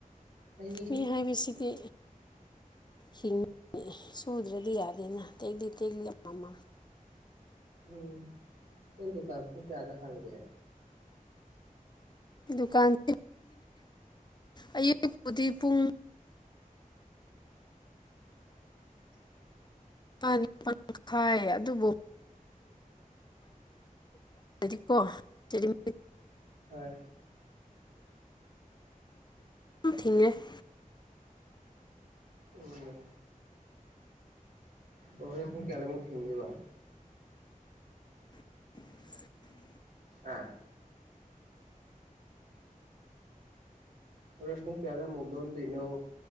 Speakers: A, on the right; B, on the left.
A: ꯍꯩꯌꯦꯍꯦ
B: ꯃꯤ ꯍꯥꯏꯕꯁꯤꯗꯤ ꯍꯤꯡꯉꯤ ꯁꯨꯗ꯭ꯔꯗꯤ ꯌꯥꯗꯦꯅ ꯇꯦꯛꯂꯤ ꯇꯦꯛꯂꯤ ꯑꯃꯃ
A: ꯎꯝ ꯅ ꯗꯨꯀꯥꯟ ꯐ ꯀꯌꯥꯗ ꯍꯥꯡꯒꯦ
B: ꯗꯨꯀꯥꯟꯁꯤ ꯑꯌꯨꯄꯨꯗꯤ ꯄꯨꯡ
A: <unintelligible>
B: ꯅꯤ ꯄ ꯈꯥꯏ ꯑꯗꯨꯕꯨ ꯗꯤ ꯀꯣ ꯑꯗꯨꯝ
A: ꯍꯣꯏ
B: ꯑꯗꯨꯝ ꯊꯤꯡꯉꯦ <unintelligible>
A: ꯎꯝ ꯑꯣ ꯍꫭꯡ ꯄꯨꯡ ꯀꯌꯥꯗ ꯃꯛ ꯊꯤꯡꯗꯨꯏꯕ
B: <inaudible>
A: ꯑꯥ ꯍꫭꯔ‌ꯦꯟ ꯄꯨꯡ ꯀꯌꯥꯗ ꯃꯨꯛ ꯂꫭꯟꯗꫭꯏꯅꫭ